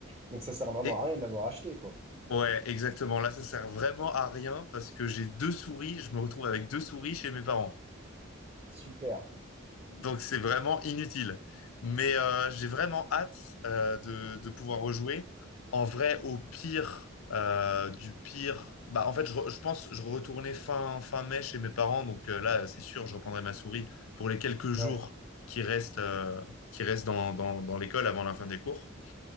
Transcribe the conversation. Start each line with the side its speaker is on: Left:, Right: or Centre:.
Right: Donc ça sert vraiment
Left: Et
Right: à rien de l'avoir acheté, quoi.
Left: ouais, exactement. Là, ça sert vraiment à rien parce que j'ai deux souris. Je me retrouve avec deux souris chez mes parents.
Right: Super.
Left: Donc, c'est vraiment inutile. Mais euh, j'ai vraiment hâte euh, de, de pouvoir rejouer. En vrai, au pire, euh, du pire. Bah, en fait, je, re- je pense je retournais fin, fin mai chez mes parents. Donc euh, là, c'est sûr, je reprendrai ma souris pour les quelques jours
Right: Ouais.
Left: qui restent, euh, qui restent dans, dans, dans l'école avant la fin des cours.